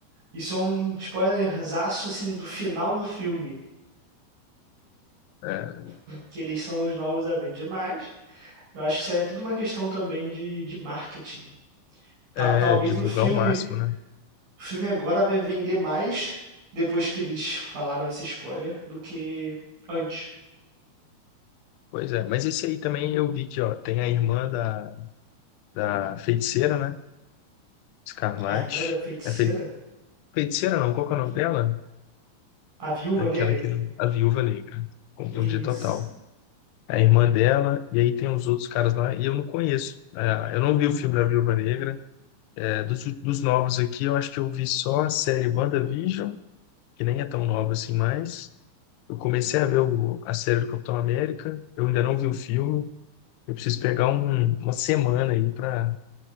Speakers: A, on the right; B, on the left.
A: isso é um spoilerzaço assim do final do filme,
B: É,
A: que eles são os novos Avengers, mas eu acho que isso aí é tudo uma questão também de, de marketing. Ta-
B: é,
A: talvez
B: divulgar
A: o filme,
B: o máximo, né?
A: o filme agora vai vender mais depois que eles falaram esse spoiler do que antes.
B: Pois é, mas esse aí também eu vi que, ó, tem a irmã da, da feiticeira, né? Escarlate.
A: A irmã da feiticeira?
B: É fei- feiticeira não, qual que é o nome dela?
A: A viúva
B: Daquela
A: negra?
B: que, a Viúva Negra, confundi
A: Isso.
B: total. É A irmã dela, e aí tem os outros caras lá, e eu não conheço. É, eu não vi o filme da Viúva Negra. É, dos, dos novos aqui, eu acho que eu vi só a série WandaVision, que nem é tão nova assim mais. Eu comecei a ver o- a série do Capitão América, eu ainda não vi o filme. Eu preciso pegar um- uma semana aí para